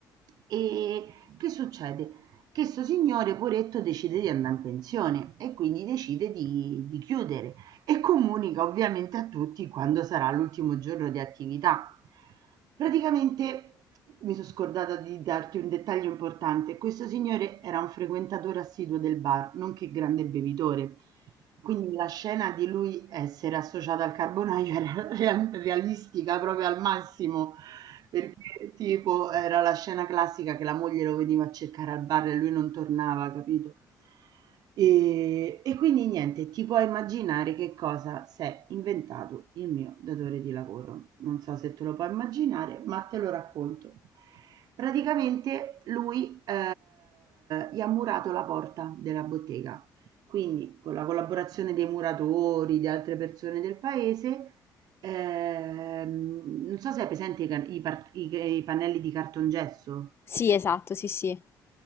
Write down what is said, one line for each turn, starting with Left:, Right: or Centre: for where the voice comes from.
Right: E che succede? Che sto signore, poretto, decide di andare in pensione e quindi decide di, di chiudere e comunica ovviamente a tutti quando sarà l'ultimo giorno di attività. Praticamente mi sono scordata di darti un dettaglio importante. Questo signore era un frequentatore assiduo del bar, nonché grande bevitore. Quindi la scena di lui essere associato al carbonaio <laughs> era real- realistica proprio al massimo perché tipo era la scena classica che la moglie lo veniva a cercare al bar e lui non tornava, capito? E, e quindi niente, ti puoi immaginare che cosa si è inventato il mio datore di lavoro. Non so se te lo puoi immaginare, ma te lo racconto. Praticamente lui eh, gli ha murato la porta della bottega, quindi con la collaborazione dei muratori, di altre persone del paese, Ehm, non so se hai presente i, can- i par- i- i pannelli di cartongesso.
Left: Sì, esatto, sì, sì.